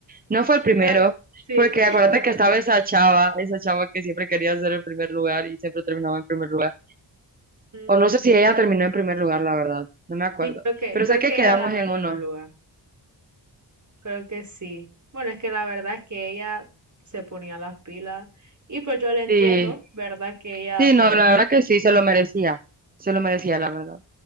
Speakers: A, on the right; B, on the right.
A: No fue el primero,
B: pero sí,
A: porque acuérdate que estaba esa chava, esa chava que siempre quería ser el primer lugar y siempre terminaba en primer lugar.
B: <laughs>
A: O no sé si ella terminó en primer lugar, la verdad. No me acuerdo.
B: creo que,
A: Pero
B: creo
A: sé que
B: que
A: quedamos
B: ella ganó
A: en
B: el
A: uno.
B: primer lugar. Creo que sí. Bueno, es que la verdad es que ella se ponía las pilas y pues yo la entiendo,
A: Sí.
B: ¿verdad? Que ella
A: Sí, no,
B: pues
A: la verdad que sí, se lo merecía. Se lo merecía, la verdad.